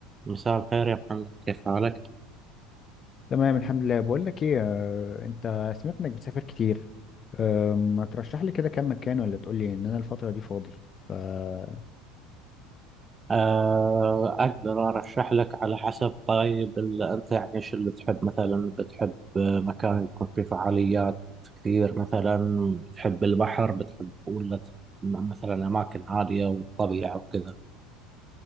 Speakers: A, on the right; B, on the left.
A: مساء الخير يا محمد كيف حالك؟
B: تمام الحمد لله بقول لك ايه آه، انت سمعت انك بتسافر كتير آه، ما ترشح لي كده كام مكان ولا تقول لي ان انا الفترة دي فاضي فبص
A: آه، أقدر أرشح لك على حسب طيب ال- أنت يعني إيش اللي تحب مثلا بتحب مكان يكون فيه فعاليات كثير مثلا بتحب البحر بتحب ولا تحب مثلا أماكن هادية وطبيعة وكذا